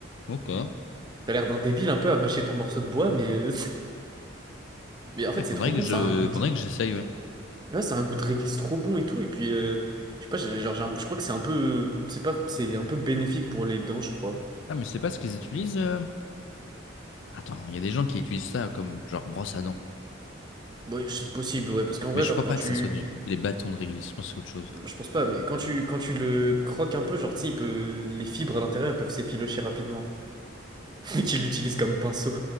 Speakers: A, on the left; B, on the right.
A: Ok.
B: T'as l'air d'un débile un peu à mâcher ton morceau de bois, mais... euh, <laughs> Mais en fait,
A: Il faudrait
B: c'est trop bon,
A: que je,
B: ça a un goût,
A: faudrait que j'essaye, ouais.
B: Ouais, c'est un goût de réglisse trop bon et tout. Et puis, euh, je sais pas, j'ai- genre, j'ai un- je crois que c'est un peu, c'est pas, c'est un peu bénéfique pour les dents, je crois.
A: Ah, mais c'est pas ce qu'ils utilisent. euh. Attends, il y a des gens qui utilisent ça comme genre brosse à dents.
B: Ouais, c'est possible, ouais, parce qu'en vrai,
A: Mais je
B: genre,
A: crois
B: quand
A: pas
B: tu,
A: que ça soit du... des bâtons de réglisse. Je pense que c'est autre chose.
B: je pense pas, mais quand tu, quand tu le croques un peu, genre, tu sais, il peut, les fibres à l'intérieur, elles peuvent s'effilocher rapidement. <laughs> Et qu'ils l'utilisent comme pinceau.